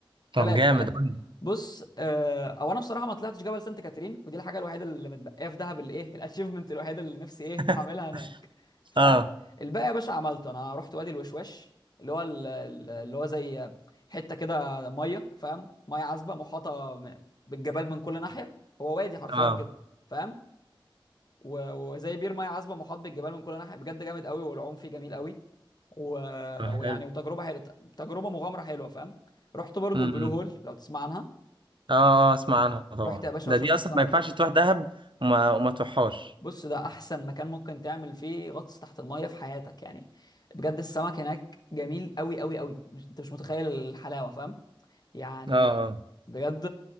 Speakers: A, on the right; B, on the left.
A: طب
B: ثلاثه
A: جامد
B: ثلاثه
A: قولي.
B: بص آه او انا بصراحه ما طلعتش جبل سانت كاترين ودي الحاجه الوحيده اللي متبقيه في دهب اللي ايه الاتشيفمنت <laughs> الوحيده اللي نفسي ايه
A: <laughs>
B: اعملها هناك فاهم
A: اه
B: الباقي يا باشا عملته انا رحت وادي الوشواش اللي هو ال- ال- اللي هو زي حته كده ميه فاهم ميه عذبه محاطه بالجبال من كل ناحيه هو وادي حرفيا
A: اه
B: كده فاهم و- وزي بير ميه عذبه محاط بالجبال من كل ناحيه بجد جامد قوي والعوم فيه جميل قوي و...
A: طب حلو
B: ويعني وتجربه حلوه تجربه مغامره حلوه فاهم رحت برضو
A: امم
B: البلو هول لو تسمع عنها
A: اه آه، اسمع عنها طبعا
B: رحت يا باشا
A: ده
B: وشفت
A: دي اصلا
B: السمك
A: ما ينفعش
B: هناك
A: تروح دهب وما, وما تروحهاش
B: بص ده احسن مكان ممكن تعمل فيه غطس تحت الميه في حياتك يعني بجد السمك هناك جميل قوي قوي قوي مش... انت مش متخيل الحلاوه فاهم يعني
A: اه آه.
B: بجد